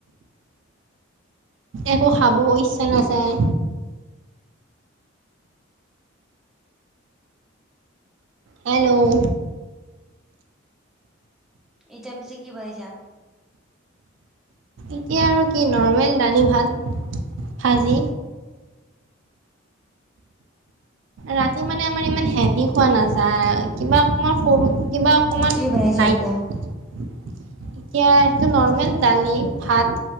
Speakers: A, on the right (about 65°); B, in the centre.
A: একো খাব ইচ্ছা নাযায়। হেল্ল',
B: এতিয়া পিছে কি বনাইছা?
A: এতিয়া আৰু কি নৰ্মেল দালি, ভাত, ভাজি। ৰাতি মানে আমাৰ ইমান হেভি খোৱা নাযায় কিবা অকমান সৰু কিবা অকমান
B: কি বনাইছা
A: নাইক
B: এতিয়া?
A: এতিয়া সেইটো নৰ্মেল দালি, ভাত,